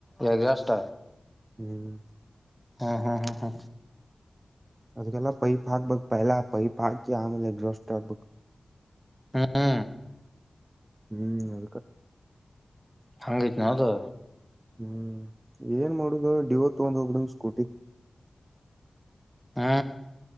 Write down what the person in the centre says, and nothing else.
ಎಗಜಸ್ಟ
ಹಾ ಹಾ ಹಾ ಹಾ
ಹ್ಮ್
ಹಂಗೈತ್ ನವ್ದು
ಹಾ